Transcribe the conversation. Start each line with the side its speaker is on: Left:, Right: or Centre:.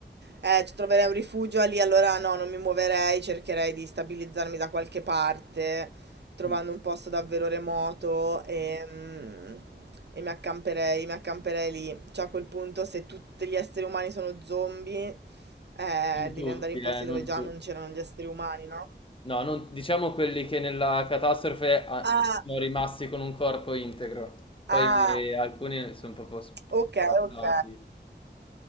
Right: Eh, ci troverei un rifugio lì, allora no, non mi muoverei, cercherei di stabilizzarmi da qualche parte, trovando
Left: Mm.
Right: un posto davvero remoto e, mh, e mi accamperei, mi accamperei lì. Cioè, a quel punto, se tutti gli esseri umani sono zombie, eh,
Left: Non tutti,
Right: devi andare in
Left: eh,
Right: posti
Left: non
Right: dove già
Left: tutti.
Right: non c'erano gli esseri umani, no?
Left: No, non, diciamo quelli che nella catastrofe ah,
Right: Ah,
Left: sono rimasti con un corpo integro, poi
Right: ah,
Left: eh, alcuni sono proprio spartati.
Right: ok, ok,